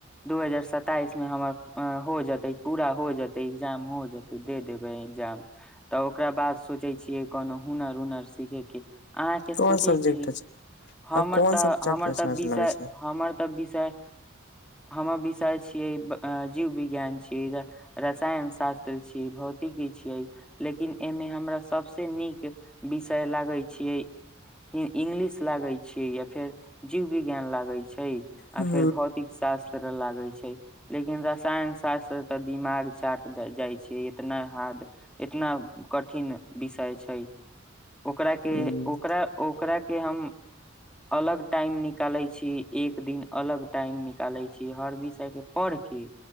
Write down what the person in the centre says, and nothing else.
दू हजार सताइस में हमर हो जेते पूरा हो जेते एग्जाम हो जेते दे देबे एग्जाम तऽ ओकरा बाद सोचै छियै कोनो हुनर उनर सीखेके। अहाँके
सोचै
छियै
हमर
तऽ
हमर
तऽ विषय
हमर तऽ विषय हमर विषय छियै जीव विज्ञान छियै, रसायन शास्त्र छियै, भौतिकी छियै लेकिन एमे हमरा सबस नीक विषय लागे छीेये इंगलिश लागे छी या फेर जीव विज्ञान लागे छैय। आर
फेर भौतिक सास कर लागे छैय लेकिन रसायन शास्त्र तऽ दिमाग चाट जाइ छैय, इतना हार्ड इतना कठिन विषय छैय। ओकरा के
ओकरा ओ ओकरा के हम अलग टाइम निकालै छी एक दिन अलग टाइम निकालै छी हर विषय के पढ़ के।